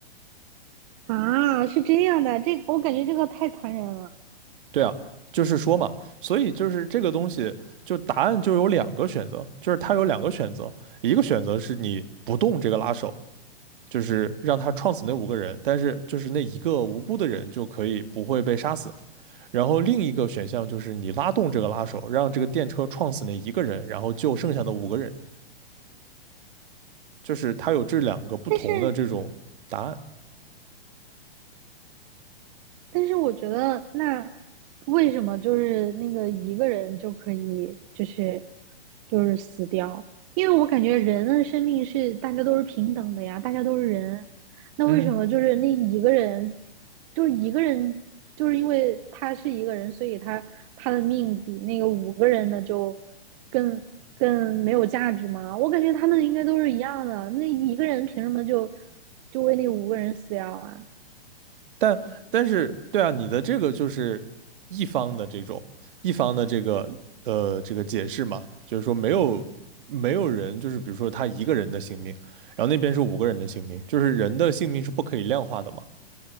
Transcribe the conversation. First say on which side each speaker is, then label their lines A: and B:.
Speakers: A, on the right (about 35°); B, on the right (about 55°).
A: 啊，是这样的，这个我感觉这个太残忍了。
B: 对啊，就是说嘛，所以就是这个东西，就答案就有两个选择，就是它有两个选择，一个选择是你不动这个拉手，就是让他撞死那五个人，但是就是那一个无辜的人就可以不会被杀死。然后另一个选项就是你拉动这个拉手，让这个电车撞死那一个人，然后救剩下的五个人，就是它有这两个不同的这种答案。
A: 但是但是我觉得，那为什么就是那个一个人就可以，就是就是死掉？因为我感觉人的生命是大家都是平等的呀，大家都是人。那为什么就是那一个人，
B: 嗯。
A: 就是一个人，就是因为他是一个人，所以他他的命比那个五个人的就更更没有价值吗？我感觉他们应该都是一样的。那一个人凭什么就就为那五个人死掉啊？
B: 但但是，对啊，你的这个就是一方的这种一方的这个呃这个解释嘛，就是说没有没有人，就是比如说他一个人的性命，然后那边是五个人的性命，就是人的性命是不可以量化的嘛，